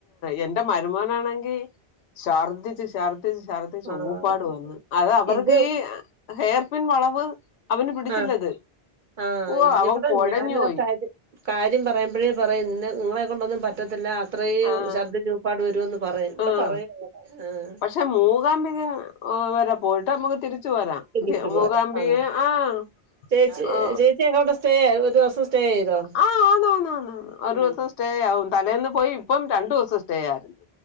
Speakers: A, on the left; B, on the right.
A: എന്റെ മരുമോനാണെങ്കിൽ ശർദിച്ച് ശർദിച്ച് ശർദിച്ച് ദിച്ച്
B: ആഹ്
A: ഉപ്പാട് വന്നു അത് അവർക്ക്
B: ഇത്
A: ഈ ഹെയർ പിൻ വളവ് അവന് പിടിച്ചില്ലത്
B: ആഹ് ആഹ്
A: ഓ അവൻ
B: ഇവിടെ
A: കുഴഞ്ഞു
B: ഞാൻ
A: പോയി
B: ആ കാര്യം കാര്യം പറയുമ്പോഴേ പറയും നിന്നെ നിങ്ങളെ കൊണ്ടൊന്നും പറ്റത്തില്ല അത്രയും
A: ആഹ്
B: ഛർദ്ദിച്ചൂപ്പാട് വരുമെന്ന് പറ റയും ഇവിടെ
A: ആഹ്
B: പറയൂന്നൂ ആഹ് ഹ്
A: പക്ഷെ മൂകാംമ്പികം വരെ പോയിട്ട് നമുക്ക് തിരി ച്ചു വരാം
B: ഇടിച്ചു
A: മൂകാംമ്പിയെ
B: പോരാ ആഹ്
A: ആഹ്
B: ചേച്ചി
A: അഹ്
B: <unintelligible> സ്റ്റേ ഒരു ദിവസം സ്റ്റേ ചെയ്തോ
A: ആഹ് ആന്നാന്ന് ആന്ന് ഒരു
B: ഉം
A: ദിവസം സ്റ്റേ ആവും തലേന്ന് പോയി ഇപ്പം രണ്ടു ദിവസം സ്റ്റേ ആയി